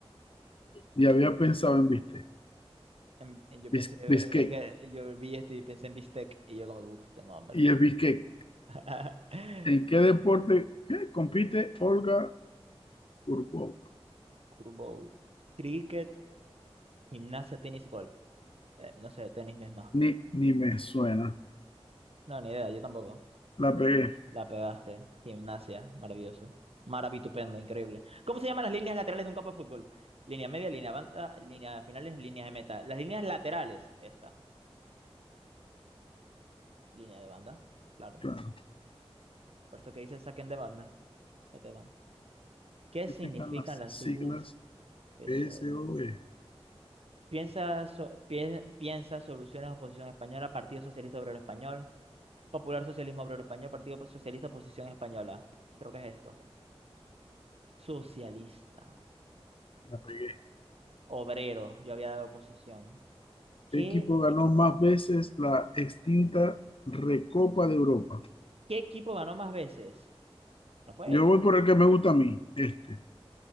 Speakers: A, on the left; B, on the right.
A: Y había pensado en viste.
B: En- en- yo
A: Bis-
B: pensé,
A: Biscay.
B: es que yo vi esto y pensé en bistec y yo como, uff, tengo hambre.
A: Y es Biscay.
B: <laughs>
A: ¿En qué deporte qué, compite Olga Curvo
B: Kurbo, cricket, gimnasia, tenis, golf. Eh, no sé, tenis misma.
A: Ni, ni me suena.
B: No, ni idea, yo tampoco.
A: La pegué,
B: La pegaste. Gimnasia, maravilloso. Maravitupendo, increíble. ¿Cómo se llaman las líneas laterales de un campo de fútbol? Línea media, línea banda, línea finales, línea de meta. Las líneas laterales, esta. Línea de banda, claro.
A: claro.
B: Por eso que dicen saquen de banda. Saque de banda. ¿Qué
A: ¿Qué significan
B: significan
A: las
B: las
A: siglas
B: siglas PSOE?
A: P S O E.
B: Piensa, so- pie- piensa soluciones oposición española, Partido Socialista Obrero Español, Popular Socialismo Obrero Español, Partido Socialista Oposición Española. Creo que es esto. Socialista.
A: La pegué.
B: Obrero, yo había dado oposición. ¿Qué,
A: ¿Qué equipo ganó
B: equi-
A: más veces la extinta Recopa de Europa?
B: qué equipo ganó más veces? No fue
A: Yo
B: este.
A: voy por el que me gusta a mí, este.